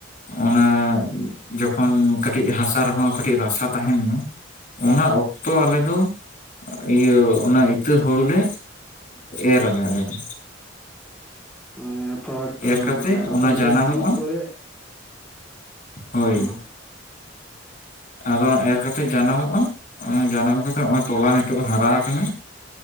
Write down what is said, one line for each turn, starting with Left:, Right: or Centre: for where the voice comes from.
Left: ᱚᱱᱟ
Centre: ᱦᱩᱸ
Left: ᱡᱚᱠᱷᱚᱱ ᱠᱟᱹᱴᱤᱡ ᱦᱟᱥᱟ ᱨᱮᱦᱚᱸ ᱠᱟᱹᱴᱤᱡ ᱨᱟᱥᱟ ᱛᱟᱦᱮᱱ ᱢᱟ᱾ ᱚᱱᱟ ᱚᱠᱛᱚᱼᱼ ᱛᱚ ᱟᱞᱮ
Centre: ᱦᱩᱸ
Left: ᱫᱚᱼᱼ ᱤᱭᱟᱹ ᱚᱱᱟ ᱤᱛᱟᱹ ᱦᱳᱲᱳ ᱞᱮ ᱮᱨᱟᱞᱮ ᱟᱞᱮ ᱫᱚ᱾
Centre: ᱢᱟᱱᱮ ᱯᱷᱟᱴ
Left: ᱮᱨ ᱠᱟᱛᱮ
Centre: ᱢᱟᱱᱮ ᱨᱳᱴᱟᱨ
Left: ᱚᱱᱟ ᱡᱟᱱᱟᱢᱚᱜᱼᱟ
Centre: ᱛᱮ ᱥᱤ ᱯᱚᱨᱮ
Left: ᱦᱳᱭ᱾
Centre: ᱦᱚᱸ
Left: ᱟᱫᱚ ᱮᱨ ᱠᱟᱛᱮᱜ ᱡᱟᱱᱟᱢᱚᱜᱼᱟ᱾ ᱚᱱᱟ ᱡᱟᱱᱟᱢ ᱠᱟᱛᱮᱜ ᱚᱱᱮ ᱴᱚᱞᱟ ᱱᱤᱛᱚᱜ ᱦᱟᱨᱟ ᱠᱟᱱᱟ᱾